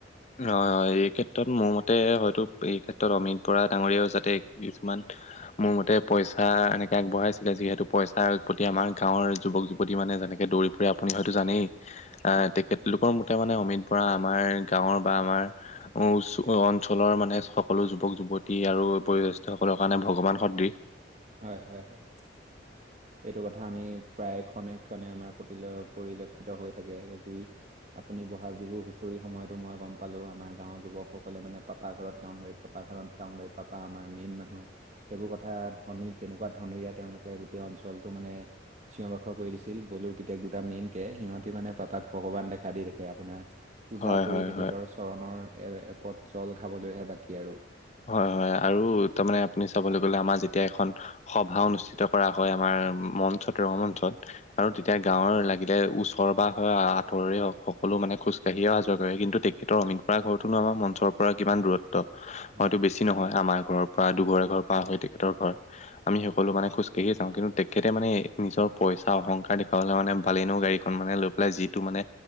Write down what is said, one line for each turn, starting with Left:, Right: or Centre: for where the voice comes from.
Left: হয়-হয় এই ক্ষেত্ৰত মোৰ মতে হয়তো এই ক্ষেত্ৰত অমিত বৰা ডাঙৰিয়াও যাতে কিছুমান মোৰ মতে পইচা এনেকে আগবঢ়াইছিলে যিহেতু পইচাৰ প্ৰতি আমাৰ গাঁৱৰ যুৱক-যুৱতী মানে যেনেকে দৌৰি আপুনি হয়তো জানেই, আহ
Right: হয়
Left: তেখেতলোকৰ মতে মানে অমিত বৰা আমাৰ গাঁৱৰ বা আমাৰ চ অঞ্চলৰ মানে সকলো যুৱক-যুৱতী আৰু বয়োজ্যেষ্ঠ সকলৰ কাৰণে ভগৱান সদৃশ।
Right: হয়-হয়-হয়। এইটো কথা আমি প্ৰায় ক্ষণে-ক্ষণে আমাৰ প্ৰতি পৰিলক্ষিত হৈ থাকে য যি আপুনি বহাগ বিহু হুঁচৰি সময়তো মই গম পালো আমাৰ গাঁৱৰ যুৱকসকলে মানে পাপা ঘৰত গাওঁ গাই পাপা ঘৰত যাওগৈ পাপা আমাৰ মেইন মানুহ সেইবোৰ কথাত ধ্বনি তেনেকুৱা ধ্বনিৰে তেওঁলোকে গোটেই অঞ্চলটো মানে চিঞৰ বাখৰ কৰি দিছিল বলুৰ পিতেক দুটা মেইনকে সিহঁতে মানে পাপাক ভগৱান দেখা দি দেখে আপোনাৰ। পূজা
Left: হয়
Right: কৰি
Left: হয়
Right: তেখেতৰ
Left: হয়
Right: চৰণৰ এ এপত জল খাবলৈহে বাকী আৰু।
Left: হয়-হয় আৰু তাৰ মানে আপুনি চাবলৈ গ'লে আমাৰ যেতিয়া এতিয়া এখন সভা অনুষ্ঠিত কৰা হয় আমাৰ মঞ্চত ৰ মঞ্চত। আৰু তেতিয়া গাঁৱৰ লাগিলে ওচৰ বা হয় আতৰে হওক সকলো মানে খোজকাঢ়িয়ে অহা যোৱা কৰে। কিন্তু তেখেতৰ অমিত প্ৰায় ঘৰটোনো আমাৰ মঞ্চৰ পৰা কিমান দূৰত্ব
Right: হয়
Left: হয়তো বেছি নহয়। আমাৰ ঘৰৰ পৰা দুঘৰ, এঘৰ পাৰ হয় তেখেতৰ ঘৰ। আমি সকলো মানে খোজ কাঢ়িয়ে যাও কিন্তু তেখেতে মানে নিজৰ পইচা অহংকাৰ দেখুৱাবলে মানে বালেনো গাড়ীখন মানে লৈ পেলাই যিটো মানে